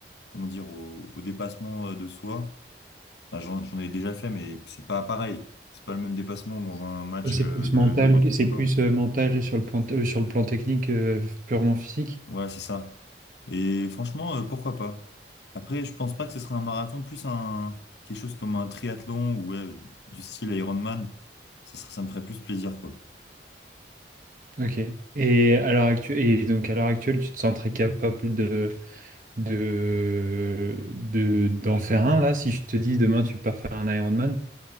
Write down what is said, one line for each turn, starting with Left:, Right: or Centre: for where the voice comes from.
Left: comment dire au, au dépassement euh, de soi. Enfin, j'en j'en ai déjà fait, mais c'est pas pareil. C'est pas le même dépassement dans un match
Right: c'est
Left: euh,
Right: plus
Left: de
Right: mental,
Left: n'importe quel
Right: c'est
Left: sport.
Right: plus euh, mental sur le plan, euh, sur le plan technique, euh, purement physique.
Left: Ouais, c'est ça. Et franchement, euh, pourquoi pas? Après, je pense pas que ce serait un marathon, plus un quelque chose comme un triathlon ou ouais, du style Ironman. Ça serait, ça me ferait plus plaisir, quoi.
Right: Ok. Et à l'heure actuelle, et donc à l'heure actuelle, tu te sens très capable de, de, de- d'en faire un là, si je te dis demain tu pars faire un Ironman.